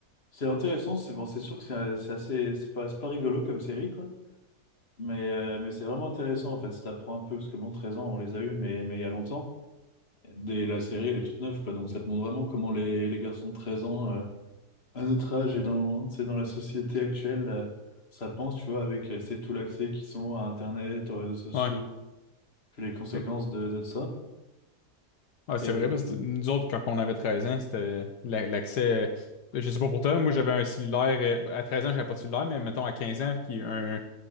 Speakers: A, on the left (about 35°); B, on the left (about 80°).
A: c'est intéressant c'est bon c'est sûr que c'est euh, c'est assez c'est pas c'est pas rigolo comme série quoi mais euh, mais c'est vraiment intéressant en fait ça t'apprend un peu parce que bon 13 ans on les a eu mais mais il y a longtemps dès la série elle est toute neuve quoi donc ça te montre vraiment comment les, les garçons de 13 ans euh, à notre âge et dans c'est dans la société actuelle euh, ça pense tu vois avec euh, c'est tout l'accès qu'ils ont à internet aux réseaux sociaux
B: Ouais.
A: puis les conséquences
B: Ça-
A: de, de ça.
B: ouais,
A: Et
B: c'est vrai, parce que nous autres, quand on avait 13 ans, c'était la- l'accès. euh, Je sais pas pour toi, moi j'avais un cellulaire. euh, À 13 ans, j'avais pas de cellulaire, mais mettons à 15 ans, qui un,